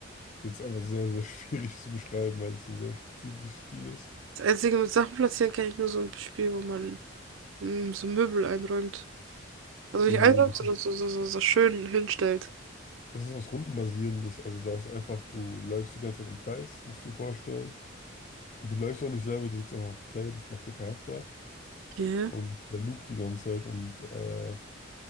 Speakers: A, on the left; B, on the right.
A: Das ist einfach sehr, sehr <laughs> schwierig zu beschreiben, weil es ein sehr spezifisches Spiel ist.
B: Das Einzige mit Sachen platzieren kann ich nur so ein Spiel, wo man mm, so Möbel einräumt. Also nicht
A: Nee, nee,
B: einräumt,
A: das
B: sondern
A: ist,
B: so, so, so, so schön hinstellt.
A: das ist was Rundenbasierendes. Also da ist einfach, du läufst die ganze Zeit im Kreis, musst du dir vorstellen. Und du läufst auch nicht selber, drückst einfach auf Play, das macht der Charakter.
B: Okay.
A: Und der loopt die ganze Zeit und äh,